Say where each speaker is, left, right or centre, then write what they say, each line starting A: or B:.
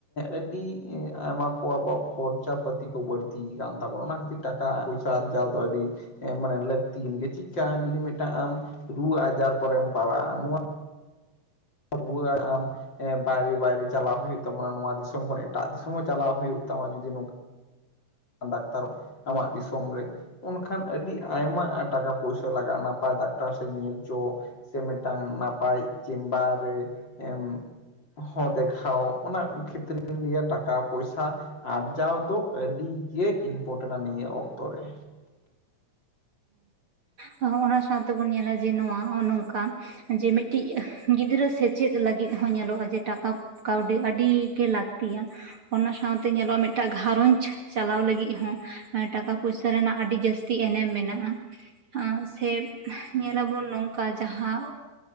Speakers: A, on the left (about 35°); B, on the right (about 45°).
A: ᱟᱹᱰᱤ ᱟᱭᱢᱟ ᱠᱚ ᱟᱵᱚᱣᱟᱜ ᱠᱷᱚᱨᱪᱟ ᱯᱟᱛᱤ ᱠᱚ ᱵᱟᱹᱲᱛᱤᱭ ᱠᱟᱱ ᱛᱟᱵᱚᱱᱟ ᱚᱱᱟ ᱠᱷᱟᱹᱛᱤᱨ ᱴᱟᱠ ᱠᱟ ᱯᱩᱭᱥᱟ ᱟᱨᱡᱟᱣ ᱟᱹᱰᱤ ᱢᱟᱱᱮ ᱞᱟᱹᱠᱛᱤᱭᱮᱱ ᱜᱮ ᱪᱮᱫᱠᱟ ᱡᱩᱫᱤ ᱟᱢ ᱨᱩ ᱟᱡᱟᱨ ᱠᱚᱨᱮᱢ ᱯᱟᱲᱟᱜᱼᱟ ᱱᱚᱣᱟ ᱨᱩᱣᱟᱹᱜ ᱟᱢ ᱦᱮᱸ ᱵᱟᱭᱨᱮ ᱵᱟᱭᱨᱮ ᱪᱟᱞᱟᱣ ᱦᱳᱭᱳᱜ ᱛᱟᱢᱟ ᱱᱚᱣᱟ ᱫᱤᱥᱚᱢ ᱠᱷᱚᱱ ᱮᱴᱟᱜ ᱫᱤᱥᱚᱢ ᱦᱚᱸ ᱪᱟᱞᱟᱣ ᱦᱳᱭᱳᱜ ᱛᱟᱢᱟ ᱡᱩᱫᱤ ᱱᱚᱝᱠᱟ ᱰᱟᱠᱛᱟᱨ ᱟᱢᱟᱜ ᱫᱤᱥᱚᱢ ᱨᱮ ᱩᱱᱠᱷᱟᱱ ᱟᱹᱰᱤ ᱟᱭᱢᱟ ᱴᱟᱠᱟ ᱯᱚᱭᱥᱟᱹ ᱞᱟᱜᱟᱜᱼᱟ ᱱᱟᱯᱟᱭ ᱰᱟᱠᱛᱟᱨ ᱥᱮᱫ ᱧᱮᱞ ᱪᱚ᱾ ᱥᱮ ᱢᱮᱫᱴᱟᱝ ᱱᱟᱯᱟᱭ ᱪᱮᱢᱵᱟᱨ ᱨᱮ ᱮᱢ ᱦᱚᱸ ᱫᱮᱷᱟᱣ ᱚᱱᱟ ᱠᱷᱮᱛᱨᱮ ᱞᱟᱹᱭᱟ ᱴᱟᱠᱟ ᱯᱚᱭᱥᱟ ᱟᱨᱡᱟᱣ ᱫᱚ ᱟᱹᱰᱤ ᱜᱮ ᱤᱤᱱᱯᱚᱴᱮᱱᱼᱟ ᱱᱤᱭᱟᱹ ᱚᱠᱛᱚ ᱨᱮ᱾
B: ᱦᱮᱸ ᱚᱱᱟ ᱥᱟᱶᱛᱮᱵᱩᱱ ᱧᱮᱞᱟ ᱡᱮ ᱱᱚᱣᱟ ᱱᱚᱝᱠᱟ ᱡᱮ ᱢᱤᱫᱴᱤᱡ ᱜᱤᱫᱽᱨᱟᱹ ᱥᱮᱪᱮᱫ ᱞᱟᱹᱜᱤᱫ ᱦᱚᱸ ᱧᱮᱞᱚᱜᱼᱟ ᱡᱮ ᱴᱟᱠᱟᱯ ᱠᱟᱹᱣᱰᱤ ᱟᱹᱰᱤᱜᱮ ᱞᱟᱹᱠᱛᱤᱭᱟ᱾ ᱚᱱᱟ ᱥᱟᱶᱛᱮ ᱧᱮᱞᱚᱜᱼᱟ ᱢᱮᱜᱴᱟᱜ ᱜᱷᱟᱨᱚᱸᱧᱡᱽ ᱪᱟᱞᱟᱣ ᱞᱟᱹᱜᱤᱫ ᱴᱟᱠᱟ ᱯᱚᱭᱥᱟ ᱨᱮᱱᱟᱜ ᱟᱹᱰᱤ ᱡᱟᱹᱥ ᱛᱤ ᱮᱱᱮᱢ ᱢᱮᱱᱟᱜ
A: <unintelligible>
B: ᱟᱸ ᱥᱮ ᱧᱮᱞᱟᱵᱚᱱ ᱱᱚᱝᱠᱟ ᱡᱟᱦᱟᱸ